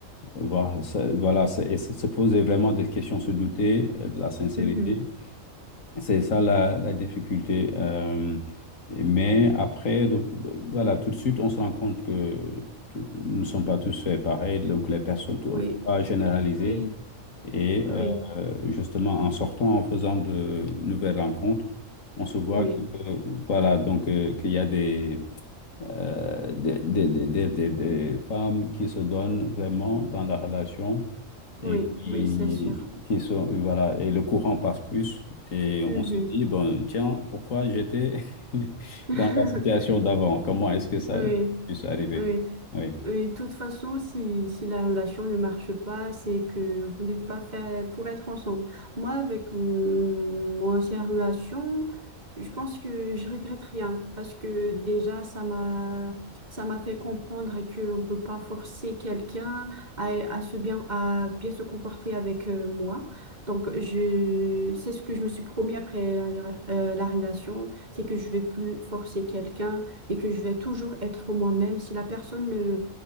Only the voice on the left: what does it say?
Voir, ça- voilà, c'est- et se se poser vraiment des questions, se douter euh, de la sincérité.
C'est ça la, la difficulté. euh, et- mais après, donc, voilà, tout de suite, on se rend compte que t- nous ne sommes pas tous faits pareil. Donc, les personnes, tout-
on ne peut pas généraliser.
Et
euh, justement, en sortant, en faisant de nouvelles rencontres, on se voit
que, euh, voilà, donc, euh, qu'il y a des, euh, des, des, des, des, des des femmes qui se donnent vraiment dans la relation et
qui,
qui sont, et voilà, et le courant passe plus. Et
on se dit, bon, tiens, pourquoi j'étais <laughs>
dans la situation d'avant? Comment est-ce que ça
puisse arriver?
Oui,